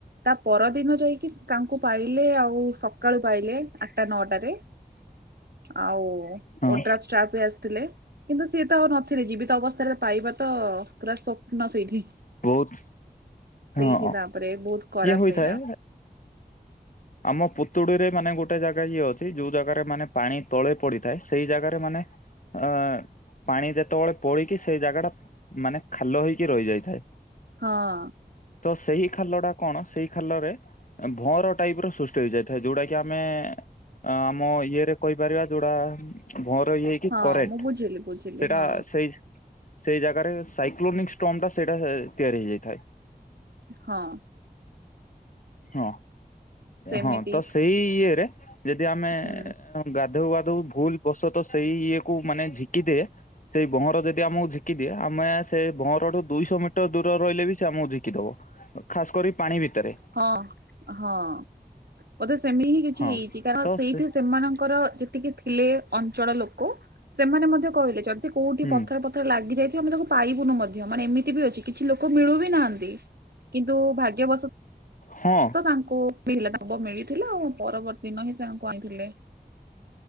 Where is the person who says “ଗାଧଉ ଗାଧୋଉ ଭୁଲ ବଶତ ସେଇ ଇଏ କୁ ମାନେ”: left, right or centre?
Left